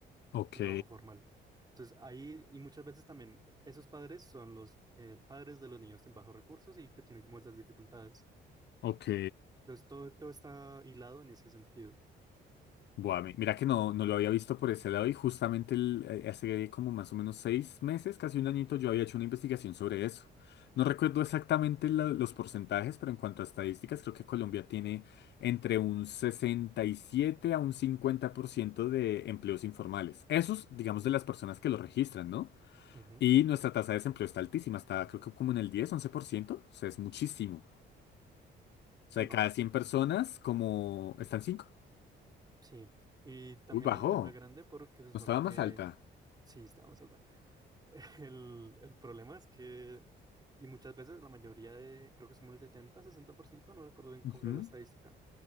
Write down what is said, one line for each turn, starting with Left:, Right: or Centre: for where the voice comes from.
Left: Ok.
Right: al trabajo formal. Entonces, ahí, y muchas veces también esos padres son los eh, padres de los niños con bajos recursos y que tienen como esas dificultades.
Left: Ok.
Right: Entonces, todo, todo está hilado en ese sentido.
Left: Buah, mi- mira que no, no lo había visto por ese lado y justamente el- eh, hace como más o menos seis meses, casi un añito, yo había hecho una investigación sobre eso. No recuerdo exactamente la- los porcentajes, pero en cuanto a estadísticas, creo que Colombia tiene entre un 67 a un 50% de empleos informales. Esos, digamos, de las personas que los registran, ¿no?
Right: Ujú.
Left: Y nuestra tasa de desempleo está altísima, está creo que como en el 10, 11%, o sea, es muchísimo. O sea,
Right: Sí, no,
Left: de cada 100 personas, como... ¿Están 5
Right: sí. Y también
Left: Uy, bajó.
Right: hay un tema grande porque se supone
Left: No estaba
Right: que,
Left: más alta.
Right: sí, está más alta. <laughs> El, el problema es que, y muchas veces la mayoría de, creo que es como el setenta sesenta por ciento no recuerdo bien cómo
Left: Ujú.
Right: era la estadística,